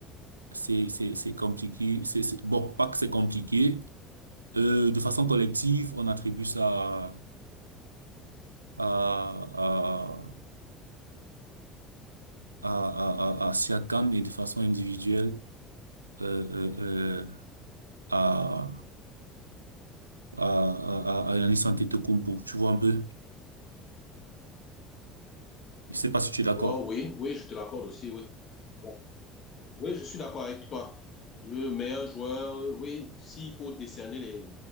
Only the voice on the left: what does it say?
Bon, oui, oui, je te l'accorde aussi, oui. Bon, Oui, je suis d'accord avec toi. Le meilleur joueur, oui, s'il faut décerner les,